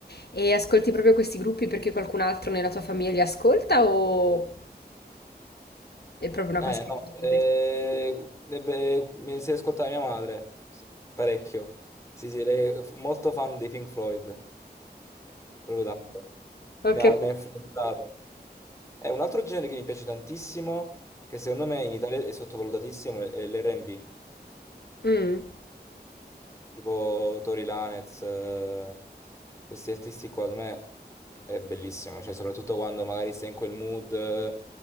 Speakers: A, on the left (about 70°); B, on the left (about 15°).
A: E ascolti proprio questi gruppi perché qualcun altro nella tua famiglia li ascolta o è proprio una
B: Eh,
A: cosa che
B: no,
A: fai da
B: eh,
A: te?
B: eh, beh, mi si ascoltava mia madre, s- parecchio. Sì, sì, lei è f- molto fan dei Pink Floyd, proprio tanto.
A: Ho
B: Mi
A: capito.
B: ha, mi ha influenzato. È un altro genere che mi piace tantissimo, che secondo me in Italia è sottovalutatissimo, è è l'R&B.
A: Mm.
B: tipo Tori Lanez, eh, questi artisti qua, secondo me è bellissimo, cioè soprattutto quando magari sei in quel mood, eh,